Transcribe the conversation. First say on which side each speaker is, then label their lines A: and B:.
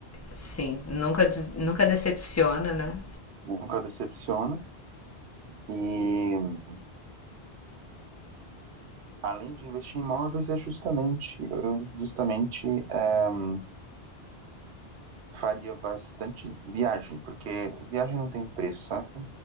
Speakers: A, on the left (about 25°); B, on the right (about 80°).
A: Sim, nunca, nunca decepciona, né?
B: Nunca decepciona. E além de investir em imóveis, é justamente, eu justamente eh, faria bastante viagem, porque viagem não tem preço, sabe?